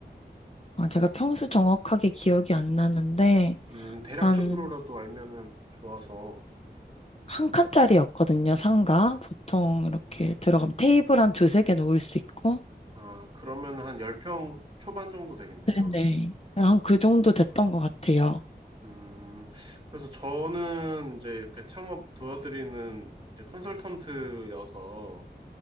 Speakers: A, on the left; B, on the right.
A: 어, 제가 평수 정확하게 기억이 안 나는데
B: 어, 음, 대략적으로라도
A: 한
B: 알면은 좋아서.
A: 한 칸짜리였거든요, 상가. 보통
B: 음,
A: 이렇게 들어가면 테이블 한 두세 개 놓을 수 있고.
B: 아, 그러면 한 10평 초반 정도 되겠네요.
A: 네네. 한 그 정도 됐던
B: 어,
A: 것 같아요.
B: 음, 그래서 저는 이제 이렇게 창업 도와드리는 이제 컨설턴트여서